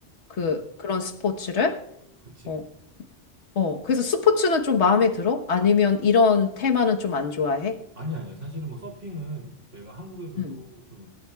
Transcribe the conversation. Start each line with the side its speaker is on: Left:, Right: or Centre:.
Left: 그,
Right: 음.
Left: 그런 스포츠를.
Right: 그렇지.
Left: 어, 어. 그래서 스포츠는 좀 마음에 들어? 아니면 이런 테마는 좀 안 좋아해?
Right: 아니, 아니야. 사실은 뭐 서핑은 내가 한국에서도
Left: 응,
Right: 좀